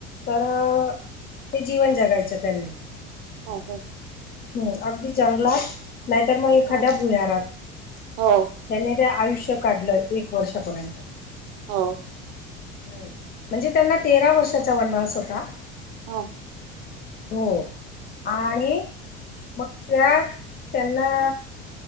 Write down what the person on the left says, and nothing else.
तर ते जीवन जगायचे त्यांनी
हम्म अगदी जंगलात, नाहीतर मग एखाद्या
भुयारात
त्या ते आयुष्य काढलं एक वर्षापर्यंत
हम्म म्हणजे त्यांना तेरा वर्षाचा वनवास होता
हो आणि मग त्यात त्यांना